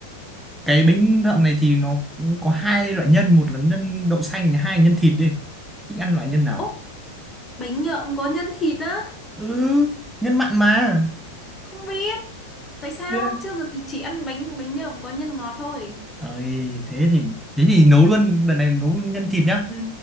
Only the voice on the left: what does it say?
Ố, bánh nhợm có nhân thịt á
không biết tại sao
trước giờ thì chỉ ăn bánh bánh nhợm có nhân ngọt thôi
ừ.